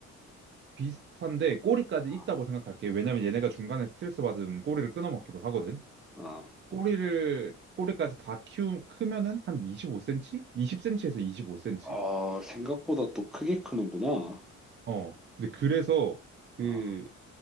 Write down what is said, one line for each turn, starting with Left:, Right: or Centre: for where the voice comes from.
Right: 비슷한데 꼬리까지
Centre: 아,
Right: 있다고 생각할게. 왜냐면 얘네가 중간에 스트레스 받으면 꼬리를 끊어먹기도 하거든.
Centre: 아,
Right: 꼬리를 꼬리까지 다 키우 크면은 한 25cm? 20cm에서 25cm.
Centre: 아, 생각보다 또 크게 크는구나.
Right: 어. 근데 그래서 그
Centre: 아,